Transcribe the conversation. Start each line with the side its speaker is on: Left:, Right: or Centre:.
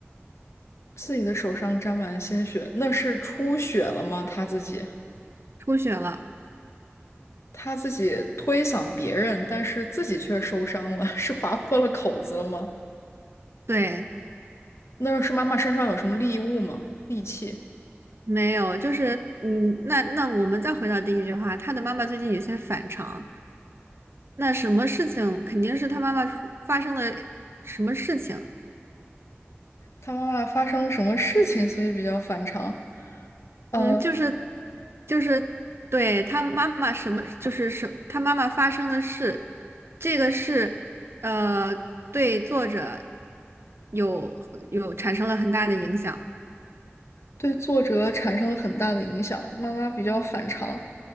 Left: 自己的手上沾满鲜血，那是出血了吗？他自己，
Right: 出血了。
Left: 他自己推搡别人，但是自己却受伤了，<laughs> 是划破了口子了吗？
Right: 对，
Left: 那是妈妈身上有什么利物吗？利器？
Right: 没有，就是嗯，那那我们再回到第一句话，他的妈妈最近有些反常。那什么事情肯定是他妈妈出发生了什么事情？
Left: 他妈妈发生了什么事情，所以比较反常。呃，
Right: 嗯，就是就是对他妈妈什么，就是什他妈妈发生的事，这个是呃对作者有有产生了很大的影响。
Left: 对作者产生了很大的影响。妈妈比较反常